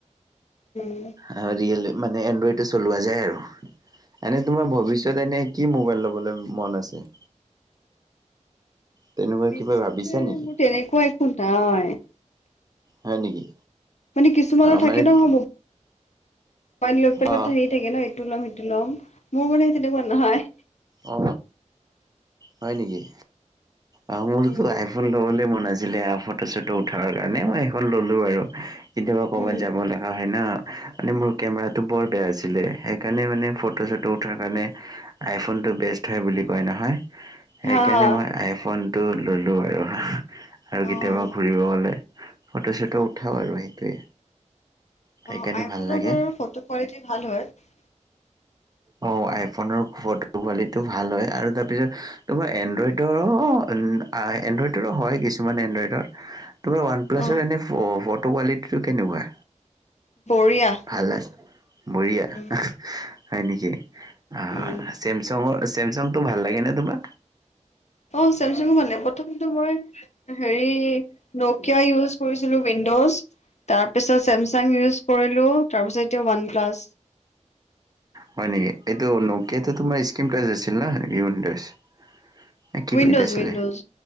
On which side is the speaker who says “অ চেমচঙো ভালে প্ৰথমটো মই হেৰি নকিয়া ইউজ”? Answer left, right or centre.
Left